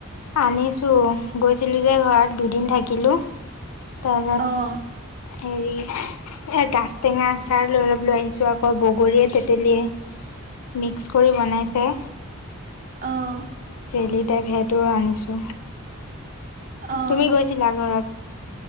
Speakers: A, on the left; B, on the right.
A: আনিছো গৈছিলো যে ঘৰত দুদিন থাকিলোঁ, তাৰপিছত
B: অঁ
A: হেৰি গাছ টেঙা আচাৰ লৈ অলপ লৈ আহিছোঁ আকৌ বগৰীয়ে তেতেলীয়ে মিক্স কৰি বনাইছে।
B: অঁ।
A: জেলি টাইপ সেইটো আনিছো
B: অঁ
A: তুমি গৈছিলা ঘৰত?